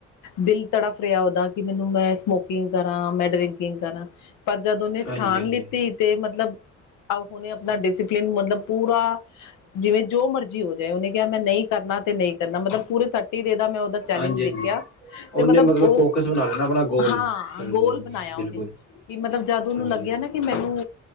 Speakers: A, on the left (about 85°); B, on the left (about 65°).
A: ਦਿਲ ਤੜਫ ਰਿਹਾ ਉਹਦਾ ਕਿ ਮੈਨੂੰ ਮੈਂ ਸਮੋਕਿੰ ਕਿੰਗ ਕਰਾਂ, ਮੈ ਡਰਿੰਕਿੰਗ ਕਰਾਂ ਪਰ ਜਦ ਉਹਨੇ
B: ਹਾਂਜੀ ਹਾਂਜੀ
A: ਠਾਣ
B: ਹਾਂਜੀ
A: ਲਿੱਤੀ ਤੇ ਮਤਲਬ ਹੁਨ ਆਪਣਾ ਡਿਸਿਪਲਿਨ ਮਤਲਬ ਪੂਰਾ ਜਿਵੇਂ ਜੋ ਮਰਜ਼ੀ ਹੋ ਜਾਏ ਉਹਨੇ ਕਿਹਾ ਮੈਂ ਨਹੀਂ ਕਰਨਾ ਤੇ ਨਹੀਂ ਕਰਨਾ ਮਤਲਬ ਪੂਰੇ ਤ ਡੇ ਦਾ ਮੈਂ ਉਹਦਾ ਚੈਲੇਂਜ
B: ਹਾਂਜੀ
A: ਦੇਖਿਆ
B: ਹਾਂਜੀ ਉਹਨੇ
A: ਤੇ ਮਤਲਬ ਉਹ
B: ਫੋਕਸ ਬਣਾ ਲੈਣਾ ਆਪਣਾ ਗੋਲ
A: ਹਾਂ
B: ਹਾਂਜੀ
A: ਗੋਲ ਬਣਾਇਆ
B: ਬਿਲਕੁਲ
A: ਉਹਨੇ ਕਿ ਮਤਲਬ ਜਦ ਉਹਨੂੰ
B: ਹਾਂਜੀ
A: ਲੱਗਿਆ
B: ਹਾਂਜੀ
A: ਨਾ ਕਿ ਮੈਨੂੰ